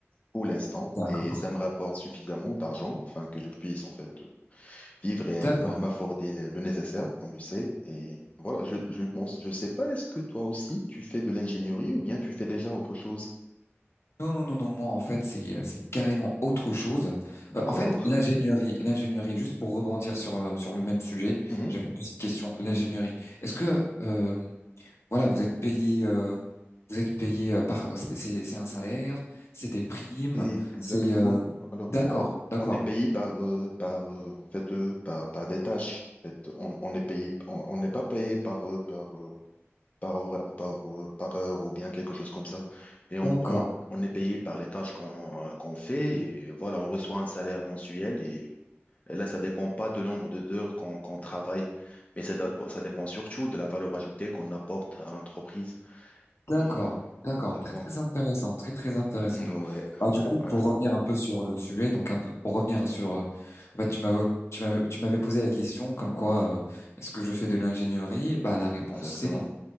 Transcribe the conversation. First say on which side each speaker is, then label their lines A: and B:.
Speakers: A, on the left; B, on the left.
A: pour l'instant
B: D'accord.
A: et ça me rapporte suffisamment d'argent afin que je puisse en fait vivre et
B: D'accord.
A: m- m'afforder le, le nécessaire, comme tu sais. Et voilà, je, je pense, je sais pas, est-ce que toi aussi tu fais de l'ingénierie ou bien tu fais déjà autre chose?
B: Non, non, non, non, moi en fait c'est euh, c'est carrément autre chose. Euh,
A: D'accord.
B: en fait l'ingénierie, l'ingénierie, juste pour rebondir sur, euh, sur le même sujet,
A: Mmh.
B: j'avais une petite question. L'ingénierie, est-ce que euh, voilà vous êtes payé euh, vous êtes payé euh, par c'est c'est- c'est un salaire, c'est des primes,
A: Exactement.
B: c'est euh,
A: Alors,
B: d'accord,
A: o-
B: d'accord,
A: on est payé par, euh, par, euh, en fait, euh, par, par des tâches. En fait, on, on est payé, on, on n'est pas payé par, euh, par, euh, par, hora- par, euh, par heure ou bien quelque chose comme ça. Mais on,
B: d'accord.
A: on, on est payé par les tâches qu'on euh, qu'on fait. Et voilà, on reçoit un salaire mensuel et, et là, ça dépend pas du nombre de- d'heures qu'on qu'on travaille, mais ça, dap- ça dépend surtout de la valeur ajoutée qu'on apporte à l'entreprise.
B: D'accord,
A: Et
B: d'accord,
A: exactement.
B: très très intéressant, très très intéressant.
A: Ouais,
B: Bah,
A: ouais,
B: du coup,
A: ouais,
B: pour revenir un peu sur le sujet, donc un peu, pour revenir sur, euh, en fait, tu m'avais, tu m'avais, tu m'avais posé la question comme quoi, euh, est-ce que je fais de l'ingénierie? Bah, la réponse
A: exactement.
B: c'est non.